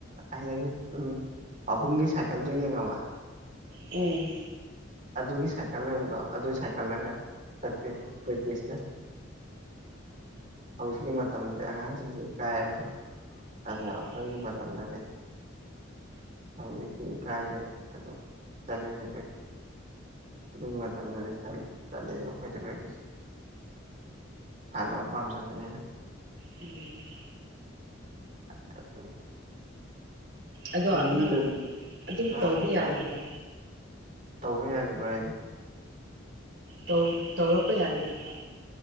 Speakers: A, on the right (about 40°); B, on the right (about 60°).
A: ꯍꯥꯏꯡꯗꯒꯤ ꯎꯝ ꯄꯥꯕꯨꯡꯒꯤ ꯁꯥꯏꯀꯜꯗꯨ ꯌꯦꯡꯉꯕ
B: ꯎꯝ
A: ꯑꯗꯨꯒꯤ ꯁꯥꯏꯀꯜ ꯂꯩꯕꯗꯣ ꯑꯗꯨ ꯁꯥꯏꯀꯜꯂꯒ ꯆꯠꯄꯤ ꯄ꯭ꯔꯦꯛꯇꯤꯁꯅꯁ ꯍꯧꯖꯤꯛꯀꯤ ꯃꯇꯝꯗ ꯑꯉꯥꯡꯁꯤꯡꯁꯦ. ꯢꯀꯥꯏꯔꯅꯤꯕ ꯍꯥꯢꯕ
B: ꯎꯝ
A: ꯌꯥꯝ ꯈꯣꯢꯒꯤ ꯃꯇꯝꯗꯗꯤ ꯍꯧꯖꯤꯛꯇꯤ ꯑꯨ ꯀꯥꯏꯔꯦ ꯑꯗꯣ <unintelligible> ꯑꯗꯨ ꯃꯇꯝꯗꯗꯤ ꯆꯠ ꯆꯠꯂꯦꯕ ꯑꯈꯣꯏꯗꯤ ꯕ꯭ꯔꯦꯀꯦꯁꯟ ꯁꯥꯟꯅ ꯄꯥꯝꯖꯕꯅꯤꯅ
B: ꯎꯝ
A: <unintelligible>
B: ꯑꯗꯣ
A: ꯑꯗꯨ ꯃꯤꯗꯖꯨ
B: ꯅꯪ ꯑꯗꯨꯝ ꯇꯧꯕ
A: ꯑꯥ
B: ꯌꯥꯔꯤꯕ꯭ꯔꯥ
A: ꯑ ꯇꯧꯕ ꯌꯥꯔꯤꯕ꯭ꯔꯥꯏꯗꯤ
B: ꯇꯧ ꯇꯧꯔꯛꯄ ꯌꯥꯔꯤꯕ꯭ꯔꯕ